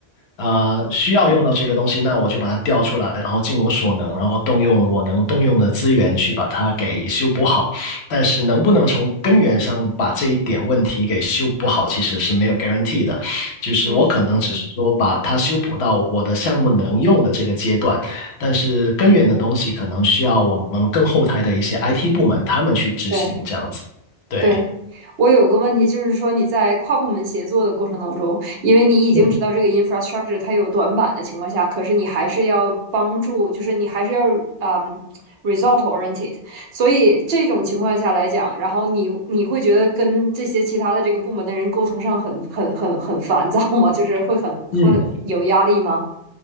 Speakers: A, on the left; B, on the right.
A: 呃需要用到这个东西，那我就把它调出来，然后尽我所能，然后动用我能动用的资源去把它给修补好。但是能不能从根源上把这一点问题给修补好，其实是没有 guarantee 的。就是我可能只是说把它修补到我的项目能用的这个阶段，
B: 嗯，
A: 但是根源的东西可能需要我们更后台的一些 IT 部门他们去执行这样子。
B: 对。
A: 对，
B: 对，我有个问题，就是说你在跨部门协作的过程当中，因为你已经知道这个
A: 嗯
B: infrastructure 它有短板的情况下，可是你还是要帮助，就是你还是要嗯 result oriented，所以这种情况下来讲，然后你你会觉得跟这些其他的这个部门的人沟通上很很很很烦躁吗？就是会很会有压力吗？
A: 嗯，